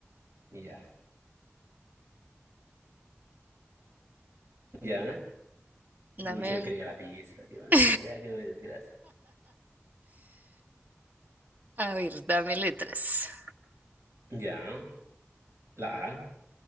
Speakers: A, on the right; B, on the right.
A: Ya, ya. Bucha,
B: Dame.
A: yo quería la
B: <laughs>
A: pizza, tío. Ya, qué desgracia.
B: A ver, dame letras.
A: Ya. La A,